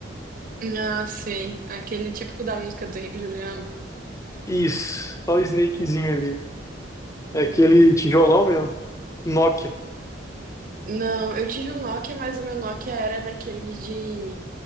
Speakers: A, on the right (about 45°); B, on the left (about 15°).
A: Ah, sei. Aquele típico da música do Henrique e Juliano.
B: Isso, só o Snakezinho ali. É
A: Hum.
B: aquele tijolão mesmo, Nokia.
A: Não, eu tive um Nokia, mas o meu Nokia era daqueles de.